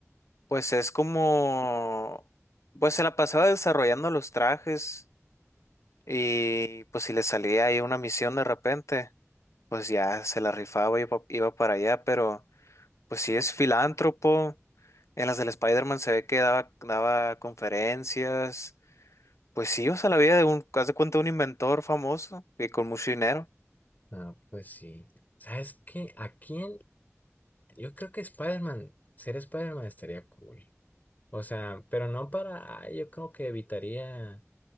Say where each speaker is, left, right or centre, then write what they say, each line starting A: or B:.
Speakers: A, on the left; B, on the left.
A: Pues es como, pues se la pasaba desarrollando los trajes y pues si le salía ahí una misión de repente, pues ya se la rifaba y iba, iba para allá, pero pues sí es filántropo, en las del Spider-Man se ve que daba, daba conferencias, pues sí, o sea, la vida de un, haz de cuenta, un inventor famoso y con mucho dinero,
B: Ah, pues sí. ¿Sabes qué? Aquí Yo creo que Spider-Man, ser Spider-Man estaría cool. O sea, pero no para, ay, yo creo que evitaría,